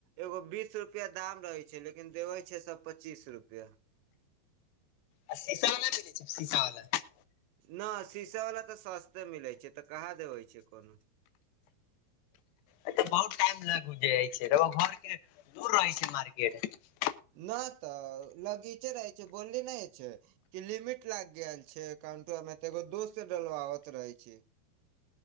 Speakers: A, on the right; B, on the left.
A: एगो बीस रुपैया दाम रहै छै लेकिन देवै छै सभ पच्चीस रुपैया
B: आ शीशा वला नहि मिलै छै शीशा वला <unintelligible>
A: न शीशा वाला तऽ सस्ते मिलै छै तऽ कहाँ देबे छै कोनो
B: तऽ बहुत टाइम लग देयै छै <unintelligible> घर के दूर रहै छै न मार्केट
A: ना तऽ लगीचे रहै छै बोलली नै छै <unintelligible> की लिमिट लागि गेल छै एकाउंटो मे तऽ एगो दोस्त से डलबाबत रहै छी